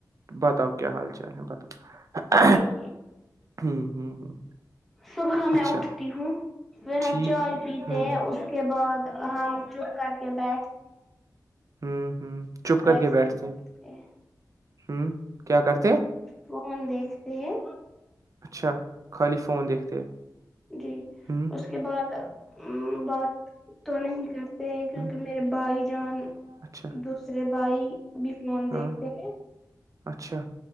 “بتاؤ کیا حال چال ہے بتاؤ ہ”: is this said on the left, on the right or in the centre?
Right